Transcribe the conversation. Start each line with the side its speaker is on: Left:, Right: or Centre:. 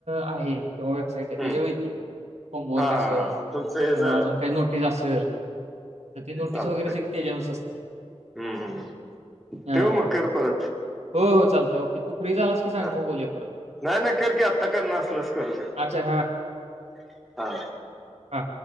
Right: आहे किंवा वेबसाईट
Centre: हम्म
Right: आहे त्याच्याेवर येतील होमवर्क
Centre: हा हा
Right: असेल
Centre: हा हा तुमचं हेच
Right: किंवा अजून काही नोटीस असेल तर ती नोटीस
Centre: चालते
Right: वगैरे सगळी त्याच्यावरच असते.
Centre: हम्मम्
Right: हां,
Centre: ठेव
Right: हां.
Centre: मग कर परत
Right: हो हो चालते ओेू फ्री झालास की सांग
Centre: हा
Right: मग बोलूया परत
Centre: नाही नाही करकीी आत्ता करणार असलस करू शक
Right: अच्छा
Centre: हा
Right: हा